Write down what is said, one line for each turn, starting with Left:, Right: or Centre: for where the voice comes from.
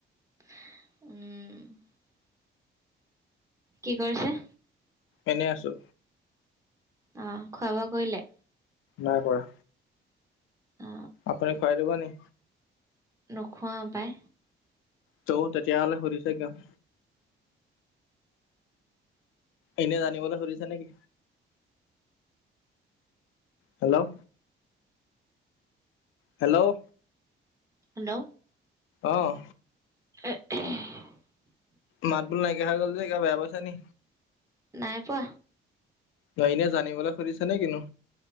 Right: উম কি কৰিছে
Left: এনেই আছো
Right: অ খোৱা বোৱা কৰিলে
Left: নাই কৰা
Right: অ
Left: আপুনি খুৱাই দিব নিে
Right: নখোৱা পাই
Left: ত ততিয়াাহল সোদীছা কি অঁ এনে জানিবলৈ সুধিছে নেকি হেল্ল' হেল্ল'
Right: হেল্ল'
Left: অহ
Right: <unintelligible>
Left: মাত বোল নাইকিয়া হৈ গ'ল যে কিব বেয়া পাইছা নি
Right: নাই পোৱা
Left: ন এনে জানিবলৈ খুজিছ নে কন্তু